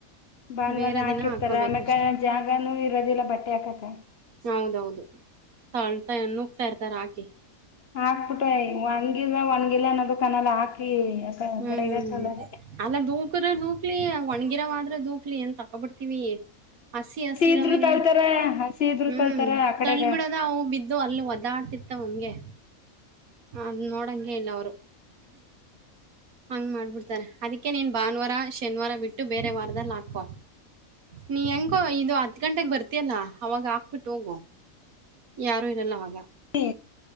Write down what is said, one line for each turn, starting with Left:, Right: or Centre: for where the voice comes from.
Left: ಭಾನುವಾರ
Right: ಬೇರೆ
Left: ಹಾಕಿರ್ತಾರ
Right: ದಿನ ಹಾಕೋಬೇಕಷ್ಟೆ.
Left: ಆಮ್ಯಕ ಜಾಗನೂ ಇರೋದಿಲ್ಲ ಬಟ್ಟೆ. ಹಾಕಕ.
Right: ಹೌದೌದು ತಾಳ್ತಾ ನುಗ್ತಾ ಇರ್ತ. ತರಾಕಿ.
Left: ಹಾಕ್ಬಿಟೈ ಒಣ್ಗಿಲ್ಲ ಒಣ್ಗಿಲ್ಲ ಅನ್ನದು ಕನಾಲ ಹಾಕಿ
Right: ಹ್ಮ್
Left: ಕಡೆಗ ತಳ್ಳದೆ
Right: ಅಲ್ಲ ದೂಕರ ದೂಕ್ಲಿ ಒಣ್ಗಿರವಾದ್ರ ದೂಕ್ಲಿ ಏನ್ ತಕೊಬಡ್ತೀವಿ ಹಸಿ ಹಸಿರವೇನ್
Left: ಇದ್ರು ತಳ್ತಾರ ಹಸಿ ಇದ್ರು
Right: ಹ್ಮ್
Left: ತಳ್ತಾರ ಆ ಕಡೆಗ
Right: ತಳ್ಳ ಬಿಡೋದ ಅವು ಬಿದ್ದು ಅಲ್ಲಿ ಒದಾಡ್ತಿರ್ತಿವ್ ಅವಂಗೆ. ಅದ್ ನೋಡಂಗೆ ಇಲ್ಲ ಅವರು. ಹಂಗ್ ಮಾಡ್ಬಿಡ್ತಾರೆ ಅದಕ್ಕೆ ನೀನ್ ಭಾನುವಾರ ಶನಿವಾರ ಬಿಟ್ಟು ಬೇರೆ ವಾರದಲ್ ಹಾಕೋ ನೀ ಹೆಂಗೋ ಇದು ಹತ್ ಗಂಟೆಗೆ ಬರ್ತೀಯಲ್ಲ ಅವಾಗ ಹಾಕ್ಬಿಟ್ಟು ಹೋಗು. ಯಾರು ಇರಲ್ಲ ಆವಾಗ.
Left: ಇ